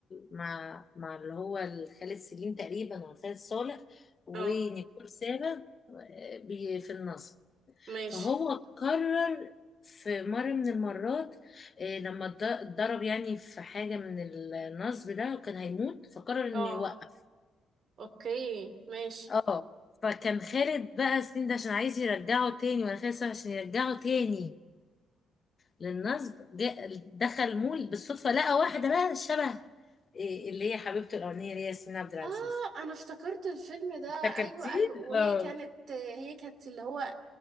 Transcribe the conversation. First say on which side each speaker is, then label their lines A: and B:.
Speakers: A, on the left (about 40°); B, on the right (about 60°).
A: مع مع اللي هو خالد سليم تقريبا ولا خالد صالح ونيكول
B: اه
A: سابا آه، بي- في النصب
B: ماشي
A: فهو قرر في مرة من المرات آه، لما اتض- اتضرب يعني في حاجة من النصب ده وكان هيموت فقرر
B: اه
A: انه يوقف
B: اوكي ماشي
A: اه فكان خالد بقى سنين ده عشان عايز يرجعه تاني ولا خالد صالح عشان يرجعه تاني للنصب جاء دخل مول بالصدفة لقى واحدة بقى شبه آه، اللي هي حبيبته الأولانية اللي هي ياسمين عبد العزيز
B: اه انا افتكرت الفيلم ده
A: فكرتيه
B: ايوه ايوه وهي
A: اه
B: كانت هي كانت اللي هو